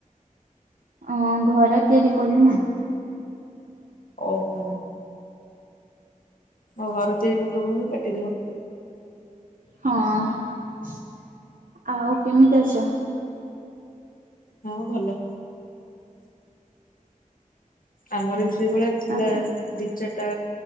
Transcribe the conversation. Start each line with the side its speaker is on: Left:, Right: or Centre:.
Right: ଅ ଘର ତିଆରି କଲୁ ନା।
Left: ଓହୋ। ଓ ଘର ତିଆରି କରୁଥିଲ ବୋଲି କାଟିଦେଲ।
Right: ହଁ। ଆଉ କେମିତି ଅଛ?
Left: ହଁ ଭଲ। ଆମର ବି ସେଇଭଳିଆ ଥିଲା।
Right: ଆଉ
Left: ଦି ଚାରିଟା